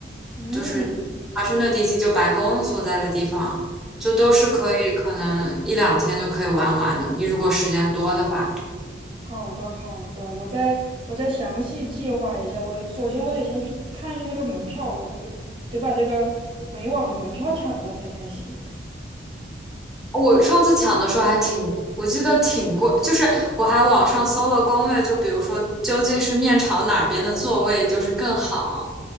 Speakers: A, on the right; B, in the centre.
A: 嗯，
B: 就是华盛顿地区，就白宫所在的地方，就都是可以可能一两天就可以玩完的。
A: 哦，
B: 你如果时间多的话。
A: 好的好的，我再我再详细计划一下。我首先我得先去看一下那个门票，我我得把这个美网的门票抢到才才行。
B: 我上次抢的时候还挺，我记得挺贵，就是我还网上搜了攻略，就比如说究竟是面朝哪边的座位就是更好，